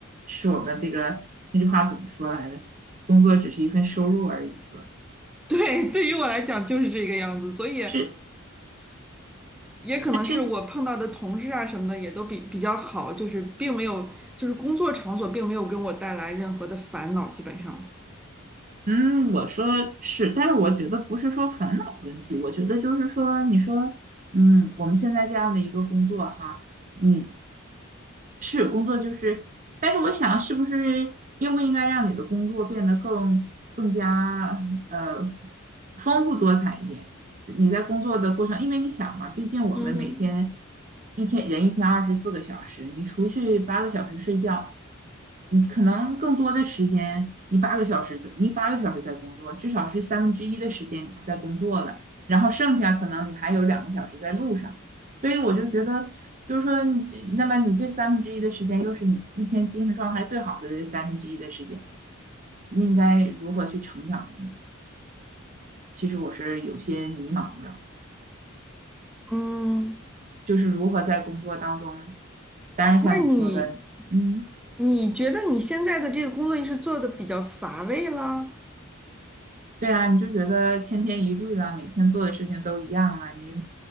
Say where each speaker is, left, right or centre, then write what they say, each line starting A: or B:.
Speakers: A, on the right; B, in the centre.
A: 是我们这个那句话怎么说来着？工作只是一份收入而已，是吧？
B: <laughs> 对，对于我来讲就是这个样子，所以。
A: 是，
B: 也可能是我碰到的同事啊什么的也都比比较好，
A: 但是，
B: 就是并没有，就是工作场所并没有给我带来任何的烦恼，基本上。
A: 嗯，我说是，但是我觉得不是说烦恼问题，我觉得就是说，你说，嗯，我们现在这样的一个工作哈，你是工作就是，但是我想是不是应不应该让你的工作变得更更加呃丰富多彩一点？你在工作的过程，因为你想嘛，毕竟我们每天
B: 嗯
A: 一天人一天二十四个小时，你除去八个小时睡觉，你可能更多的时间，你八个小时在你八个小时在工作，至少是三分之一的时间你是在工作的，然后剩下可能你还有两个小时在路上，所以我就觉得，就是说你这，那么你这三分之一的时间，又是你一天精神状态最好的这三分之一的时间，你应该如何去成长呢？其实我是有些迷茫的。
B: 嗯，
A: 就是如何在工作当中，当然像你说的，
B: 那你
A: 嗯，
B: 你觉得你现在的这个工作是做的比较乏味了？
A: 对啊，你就觉得千篇一律了，每天做的事情都一样了，你